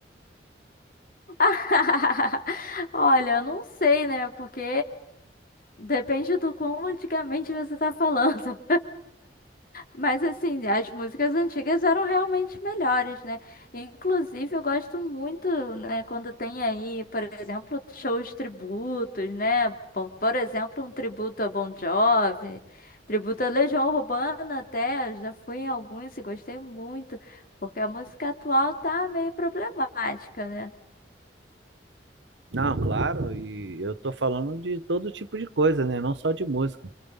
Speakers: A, on the left; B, on the right.
A: <laughs> Olha, eu não sei, né? Porque Depende do quão antigamente você tá falando. Mas assim, as músicas antigas eram realmente melhores, né? Inclusive, eu gosto muito, né, quando tem aí, por exemplo, shows tributos, né? Bom, Por exemplo, um tributo a Bon Jovi, tributo a Legião Urbana até, já fui em alguns e gostei muito, porque a música atual tá meio problemática, né?
B: <laughs> Não, claro, e eu tô falando de todo tipo de coisa, né? Não só de música.